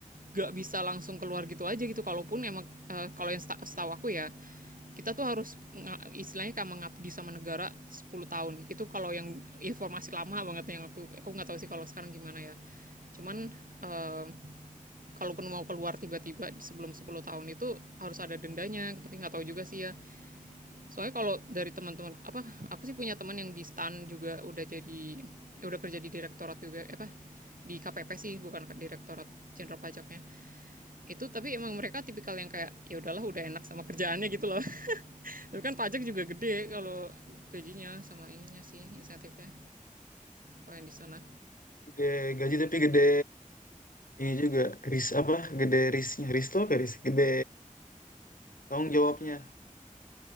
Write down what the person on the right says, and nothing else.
gak bisa langsung keluar gitu aja gitu kalaupun emang uh, kalau yang seta- setahu aku ya kita tuh harus istilahnya kayak mengabdi sama negara 10 tahun itu kalau yang informasi lama banget yang aku aku nggak tahu sih kalau sekarang gimana ya cuman eh, kalaupun mau keluar tiba-tiba sebelum 10 tahun itu harus ada dendanya tapi nggak tahu juga sih ya Soalnya kalau dari teman-teman apa aku sih punya teman yang di STAN juga udah jadi eh, udah kerja di direktorat juga eh, apa di KPP sih bukan direktorat jenderal pajaknya itu tapi emang mereka tipikal yang kayak ya udahlah udah enak sama kerjaannya gitu loh <laughs> tapi kan pajak juga gede kalau gajinya sama ininya sih insentifnya kalau yang di sana